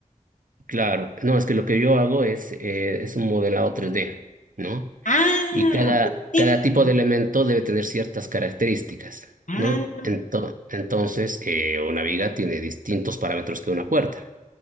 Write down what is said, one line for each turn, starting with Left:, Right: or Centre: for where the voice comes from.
Right: claro. No, es que lo que yo hago es, eh, es un modelado 3D, ¿no?
Left: Ah,
Right: Y cada,
Left: perfecto.
Right: cada tipo de elemento debe tener ciertas características,
Left: Ah,
Right: ¿no? Ento- entonces, eh, una viga tiene distintos parámetros que una puerta.